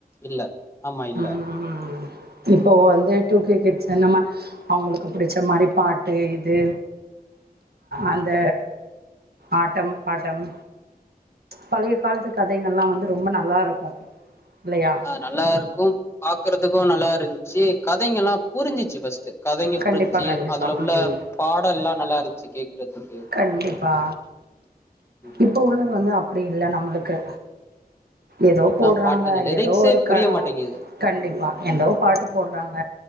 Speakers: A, on the left; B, on the right.
A: இல்ல ஆமா இல்ல
B: ம் ம் ம் இப்போ வந்து டூ கே கிட்ஸ் என்னம்ம அவங்களுக்கு புடிச்ச மாரி பாட்டு இது அந்த ஆட்டம் பாட்டம் பழய காலத்து கதைகள்லா வந்து ரொம்ப நல்லாருக்கு இல்லயா
A: நல்லாருக்கும் பாக்குறதுக்கு நல்லா இருஞ்சு கதைகள்லா புரிஞ்சிச்சு ஃபஸ்டு கதைங்க
B: கண்டிப்பா
A: புரிஞ்சி
B: கண்டிப்பா
A: அதுல உள்ள
B: ம்
A: பாடல்லா நல்லா இருந்துச்சு கேக்குறதுக்கு
B: கண்டிப்பா
A: ம்
B: இப்போ உள்ளது வந்து அப் அப்டி இல்ல நம்மளுக்கு எதோ
A: என்ன
B: போட்றாங்க
A: பாட்டு அந்த லிரிக்ஸே
B: எதோ ஒரு
A: புரிய
B: கடோ
A: மாட்டேங்குது
B: கண்டிப்பா எதோ பாட்டு போட்றாங்க